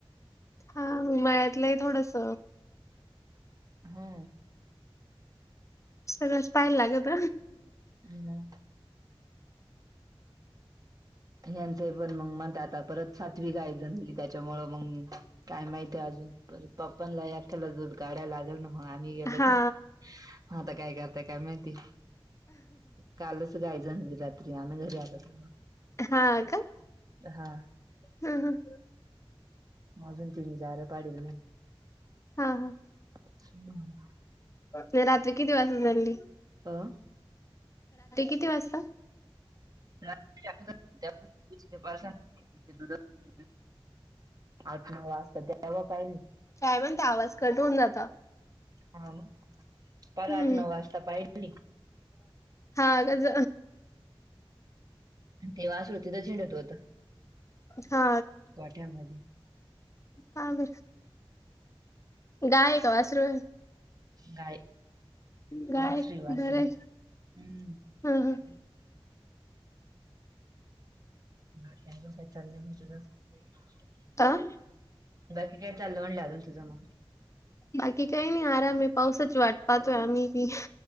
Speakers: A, on the left (about 30°); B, on the right (about 40°).
A: हा मळ्यात लय थोडस
B: हा.
A: सगळंच पाहायला लागत.
B: हम्म. यांचे पण मग म आता परत सात्विक आयजण झाली त्याच्यामुळं मग काय माहितीय अजून प पप्पांला याख्याला दोध गाड्या लागेल ना मग. आ गेलो
A: हा
B: तर आता काय करताय काय माहिती कालच गायचली रात्री आम्ही घरी आलं.
A: हा का.
B: हा.
A: हम् हम
B: अजून तुम्ही जा र पाडल नाही.
A: हा हा
B: <inaudible>
A: रात्री किती वाजता झाली.
B: हं
A: किती वाजता
B: रात्री अकरा वाजताच्या होत्या बाजारात. आठ नऊ वाजता द्याव पाहिले.
A: काय म्हण ते आवाज कटवून जाता.
B: हा परराठ
A: हम्म
B: नऊ वाजता पाहिजे.
A: हा ज
B: ते वासरू तिथेच हिंडत होतो.
A: हा
B: गोठ्यामध्ये.
A: बा बर. गाय का वासरू.
B: गाय
A: गाय
B: वासरी वासरी
A: रे
B: हम्म
A: हा.
B: ह त्या काय चाललंय म्हण तुझ.
A: आ
B: बाकी काय चालवणलं अजुन नतुझ मग.
A: बाकी काय नाही आराम पाऊसच वाट पातोय आमही पी..